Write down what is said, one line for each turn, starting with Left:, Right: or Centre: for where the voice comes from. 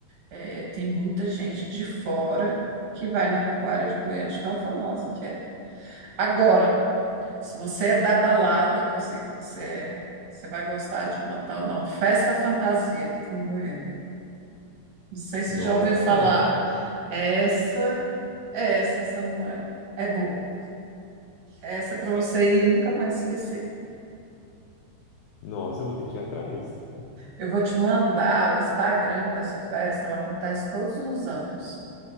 Right: é, tem muita gente de fora que vai na pecuária de Goiânia, de tão famosa que é. Agora, Se você é da balada, que eu sei que você é, você vai gostar de uma tal de uma festa fantasia que tem em Goiânia. Não sei se
Left: Nossa,
Right: já ouviu falar. Essa, essa, Samuel, é boa. Essa é para você ir e nunca mais esquecer.
Left: nossa, eu vou ter que ir atrás.
Right: Eu vou te mandar o Instagram dessa festa, ela acontece todos os anos.